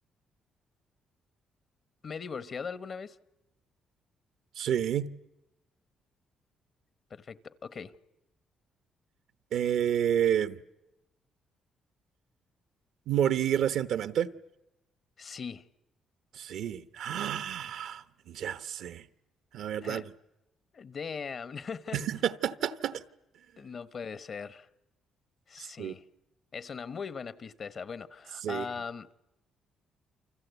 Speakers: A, on the left; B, on the right.
A: ¿me he divorciado alguna vez?
B: sí,
A: Perfecto, ok.
B: eh, morí recientemente.
A: Sí.
B: Sí, ¡Ah! ya sé. A ver,
A: <laughs>
B: dale.
A: Damn. <laughs>
B: <laughs>
A: No puede ser. Sí.
B: Sí,
A: Es una muy buena pista esa. Bueno,
B: sí,
A: am,